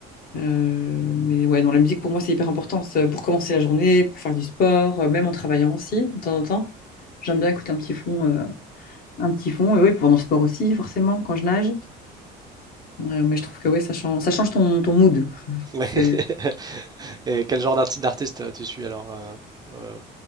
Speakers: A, on the left (about 50°); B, on the right (about 20°).
A: Euh, mais ouais, non, la musique pour moi c'est hyper important C'est pour commencer la journée, pour faire du sport, euh, même en travaillant aussi de temps en temps. J'aime bien écouter un petit fond, euh, un petit fond. Et oui, pendant le sport aussi forcément quand je nage. Euh, mais je trouve que ouais, ça change, ça change ton, ton mood. <laughs>
B: Ouais.
A: C'est,
B: <laughs> Et quel genre d'arti- d'artiste euh, tu suis alors euh, euh,